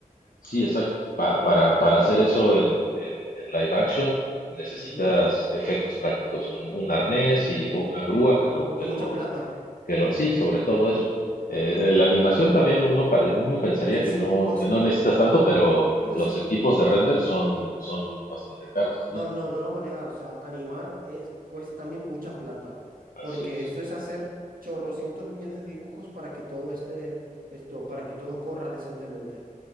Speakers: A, on the left; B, on the right.
A: Sí, exacto. Pa- para, para hacer eso en, en- en live action necesitas
B: Ujú,
A: efectos prácticos, un, un arnés
B: ujú.
A: y, o una grúa que lo,
B: Y
A: que
B: mucha
A: lo,
B: plata.
A: que lo, sí, sobre todo eso. Eh, eh, la animación también uno, pare- uno pensaría
B: Sí,
A: que
B: sí,
A: no,
B: o sea,
A: que no necesitas tanto, pero
B: pero
A: los
B: sí.
A: equipos de render son, son bastante caros también.
B: No, no, no lo vamos a negar. O sea, animar es, cuesta también mucha plata.
A: Así
B: Porque
A: es.
B: esto es hacer chorrocientos millones de dibujos para que todo esté, esto, para que todo corra decentemente.